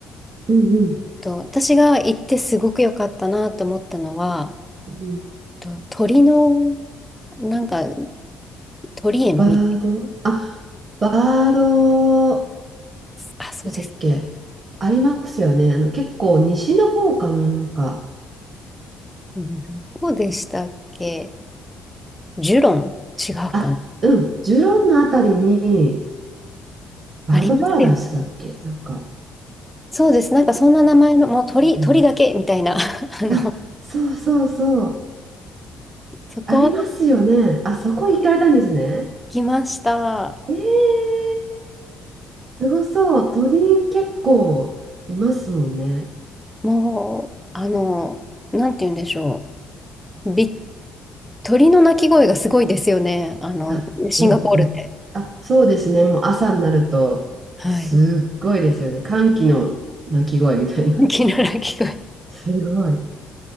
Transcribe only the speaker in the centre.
と、私が行ってすごく良かったなと思ったのは、
えっと、鳥の、なんか、鳥園み
あ、そうですか。
うんどこでしたっけジュロン違うかな
ありますよね。そうです。なんかそんな名前の、もう鳥、
鳥だけみたいな。<laughs> あの、
そこは
来ました。
もう、あの、なんて言うんでしょう。び、鳥の鳴き声がすごいですよね。あの、
シンガポールって。
はい。
鳥の鳴き声。